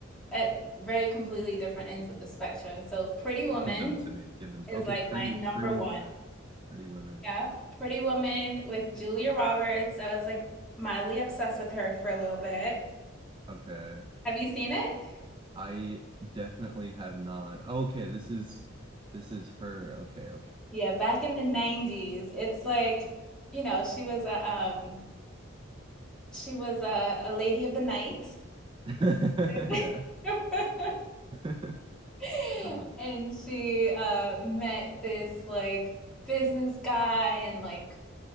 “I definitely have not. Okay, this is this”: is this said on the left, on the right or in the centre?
Right